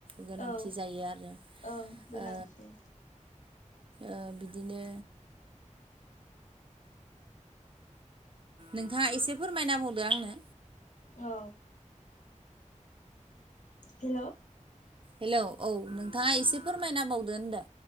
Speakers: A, on the right; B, on the left.
A: गोनांथि
B: ओं
A: जायो आरो
B: ओं गोनांथि।
A: ओ ओ बिदिनो नोंथाङा एसे फोरमायनाबावदो आंनो।
B: औ। हेलौ
A: हेलौ औ नोंथाङा एसे फोरमायना बावदो होनदो।